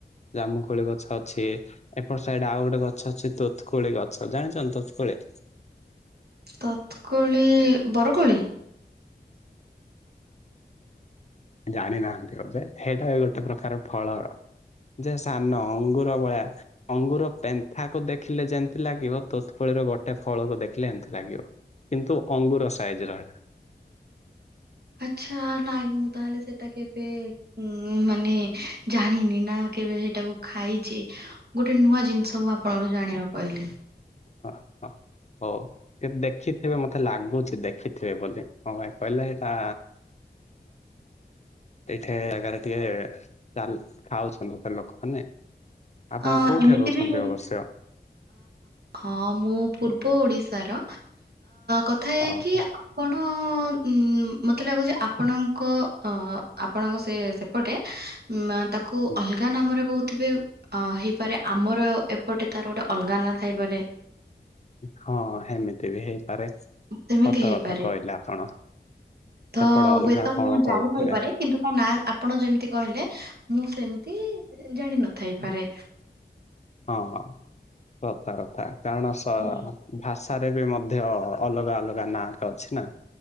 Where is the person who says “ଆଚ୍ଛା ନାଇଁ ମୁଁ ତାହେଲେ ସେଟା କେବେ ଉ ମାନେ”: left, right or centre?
Right